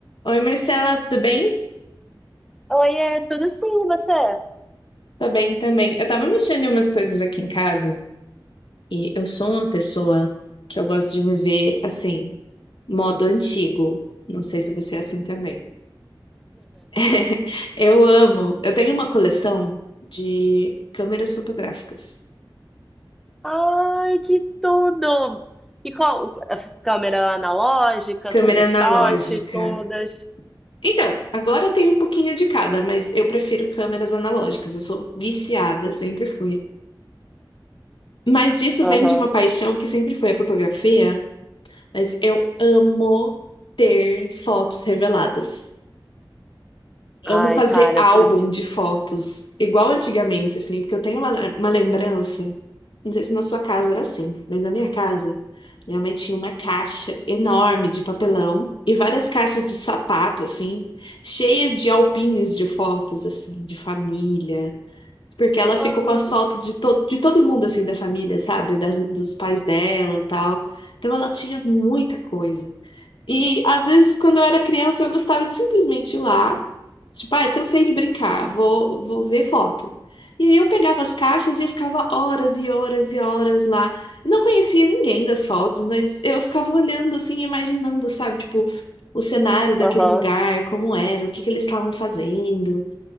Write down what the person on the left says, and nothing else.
Oi, Marcela, tudo bem?
Tô bem também. Eu tava mexendo em umas coisas aqui em casa e eu sou uma pessoa que eu gosto de me ver assim, modo antigo. Não sei se você é assim também. <laughs> Eu amo. Eu tenho uma coleção de câmeras fotográficas,
câmera
analógica.
Então, agora eu tenho um pouquinho de cada, mas eu prefiro câmeras analógicas. Eu sou viciada, sempre fui. Mas disso
vem de uma paixão que sempre foi a fotografia. Mas eu amo ter fotos reveladas. Amo
fazer
álbum
de fotos, igual antigamente, assim, porque eu tenho uma, uma lembrança. Não sei se na sua casa era assim, mas na minha casa, minha mãe tinha uma caixa enorme de papelão e várias caixas de sapato, assim, cheias de albinhos de fotos, assim, de família. Porque ela
ficou com as fotos de, to de todo mundo, assim, da família, sabe? Das, dos pais dela e tal. Então ela tinha muita coisa. E às vezes, quando eu era criança, eu gostava de simplesmente ir lá. Tipo, ai, cansei de brincar, vou, vou ver foto. E aí eu pegava as caixas e eu ficava horas e horas e horas lá. Eu não conhecia ninguém das fotos, mas eu ficava olhando assim, imaginando, sabe, tipo, o cenário daquele
lugar, como era, o que que eles estavam fazendo,